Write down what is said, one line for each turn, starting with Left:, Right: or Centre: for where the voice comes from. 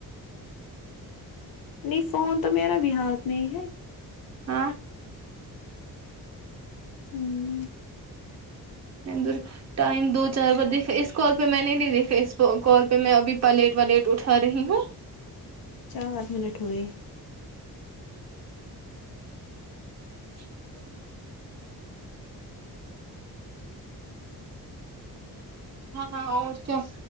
Left: نہیں فون تو میرا بھی ہاتھ میں ہی ہے
Right: ہاں
Left: ہوں
Right: بندر ٹائم دو چار بار دیکھا اس کال پہ میں نے نہیں دیکھا اس کال پہ میں ابھی پلیٹ وا لیٹ اٹھا رہی ہوں
Left: چار منٹ ہوئے
Right: <unintelligible> ہاں ہاں اور کیا